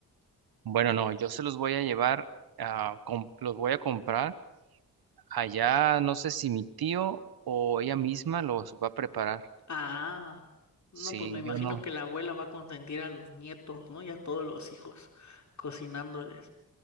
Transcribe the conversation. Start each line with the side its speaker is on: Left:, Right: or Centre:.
Right: Bueno, no, yo se los voy a llevar, ah, com- los voy a comprar. Allá no sé si mi tío o ella misma los va a preparar.
Left: Ah, no,
Right: Sí,
Left: pues me imagino
Right: yo no.
Left: que la abuela va a consentir a los nietos, ¿no? Y a todos los hijos, cocinándoles.